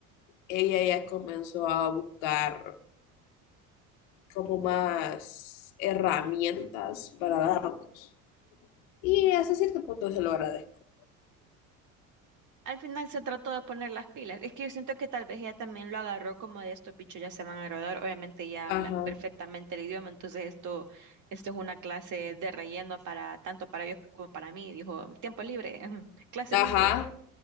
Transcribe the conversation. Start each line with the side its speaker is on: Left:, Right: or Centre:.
Left: ella ya comenzó a buscar como más herramientas para darnos. Y hasta cierto punto se lo agradezco.
Right: Al final se trató de poner las pilas. Es que yo siento que tal vez ella también lo agarró como de estos bichos ya se van a graduar. Obviamente ya
Left: Ajá,
Right: hablan perfectamente el idioma, entonces esto, esto es una clase de relleno para tanto para ellos como para mí. Dijo, tiempo libre, <laughs> clase
Left: ajá,
Right: libre.